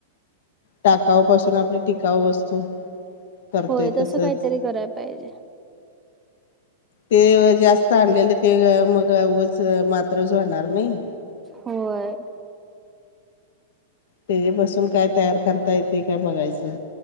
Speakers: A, on the left; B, on the right.
A: टाकाऊपासून आपली टिकाऊ वस्तू करतोय
B: होय तसं
A: तसच
B: काहीतरी कराय पाहिजे.
A: ते जास्त आणलेलं ते मग उगच मात्रच होणार नाही.
B: होय.
A: तेज्यापासून काय तयार करता येतंय काय बघायचं.